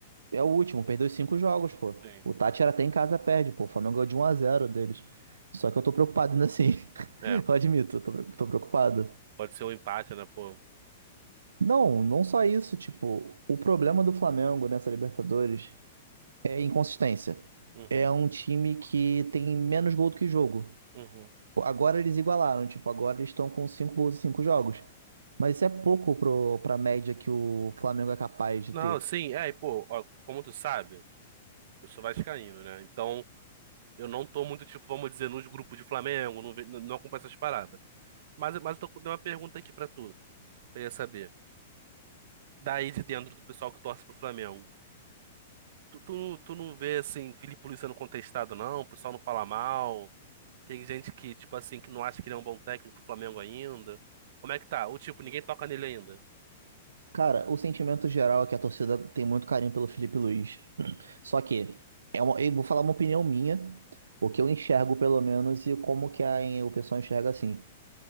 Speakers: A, on the right; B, on the right.
A: é o último, perdeu cinco jogos, pô.
B: Sim.
A: O Tátira até em casa perde, pô. O Flamengo ganhou de um a zero deles. Só que eu tô preocupado ainda assim. <laughs>
B: É.
A: Eu admito, eu tô pre- tô preocupado.
B: Pode ser um empate, né, pô?
A: Não, não só isso, tipo, o problema do Flamengo nessa Libertadores é inconsistência.
B: Uhum.
A: É um time que tem menos gol do que jogo.
B: Uhum.
A: Agora eles igualaram, tipo, agora eles estão com 5 gols em 5 jogos. Mas isso é pouco pro, pra média que o Flamengo é capaz de
B: Não,
A: ter.
B: sim, é, e pô, ó, como tu sabe, eu sou vascaíno, né? Então, eu não tô muito, tipo, vamos dizer, nos grupos de Flamengo, não, ve- não acompanho essas paradas. Mas, mas eu tô com uma pergunta aqui pra tu, que eu ia saber. Daí de dentro do pessoal que torce pro Flamengo, tu, tu, tu não vê, assim, Felipe Luiz sendo contestado, não? O pessoal não fala mal? Tem gente que, tipo assim, que não acha que ele é um bom técnico pro Flamengo ainda? Como é que tá? Ou, tipo, ninguém toca nele ainda?
A: Cara, o sentimento geral é que a torcida tem muito carinho pelo Felipe Luiz. <clears throat> Só que, é uma, eu vou falar uma opinião minha, o que eu enxergo pelo menos e como que a, o pessoal enxerga assim.